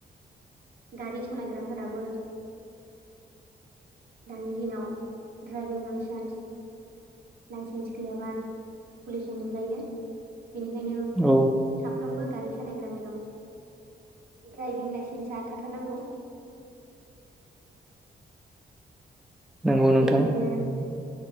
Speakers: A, on the right (about 60°); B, in the centre.
A: गारि सालायग्राफोराबो दानि दिनाव ड्राइभिं लाइसेन्स लाइसेन्स गैयाबा पुलिसजों हमजायो बेनिखायनो
B: औ
A: साफ्रोमबो गारि सालायग्रानियाव ड्राइभिं लाइसेन्सा थाथारनांगौ
B: नंगौ नोंथां
A: बेनिखायनो